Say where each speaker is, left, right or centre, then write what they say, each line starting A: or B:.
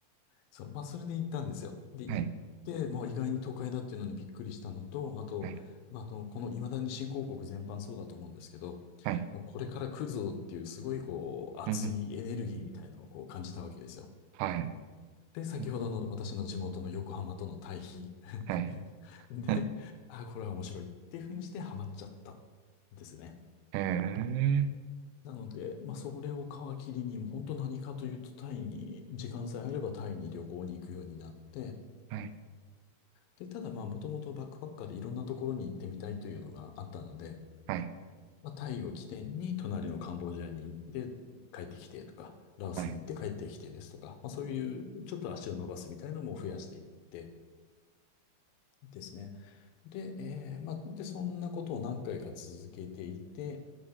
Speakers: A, on the left (about 75°); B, on the right (about 85°).
A: そう、まあ、それで行ったんですよ。で、行って、
B: はい、
A: まあ、意外に都会だっていうのにびっくりしたのと、あと、
B: はい、
A: まあ、あの、この未だに新興国全般そうだと思うんですけど、
B: はい、
A: もうこれから来るぞっていう、すごい、こう、熱いエネルギーみたいのをこう感じたわけですよ。
B: うん、うんはい、
A: で、先ほどの私の地元の横浜との対比。
B: うん、
A: <laughs>
B: はい、
A: で、
B: うん
A: あ、これは面白いっていうふうにしてハマっちゃったんですね。
B: ええ
A: なので、まあ、それを皮切りに、もう本当何かというと、タイに、時間さえあればタイに旅行に行くようになって、
B: はい、
A: で、ただまあ、もともとバックパッカーでいろんなところに行ってみたいというのがあったので、
B: はい、
A: まあ、タイを起点に、隣のカンボジアに行って帰ってきてとか、ラオスに行って帰ってきてですとか、
B: はい、
A: まあ、そういう、ちょっと足を伸ばすみたいなのも増やしていってですね。で、えーまあ、で、そんなことを何回か続けていて、